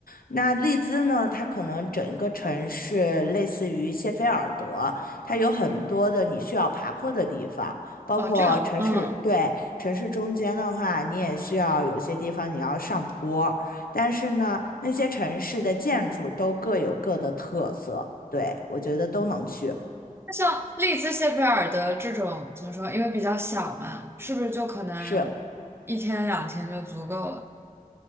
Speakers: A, on the left; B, on the right.
A: 那利兹呢，它可能整个城市类似于谢菲尔德，它有很多的你需要爬坡的地方，包括城市，
B: 哦，这样，嗯，
A: 对。城市中间的话，你也需要有些地方你要上坡但是呢，那些城市的建筑都各有各的特色，对，我觉得都能去。
B: 那像利兹、谢菲尔德这种怎么说？因为比较小嘛，是不是就可能一天两天就足够了？
A: 是，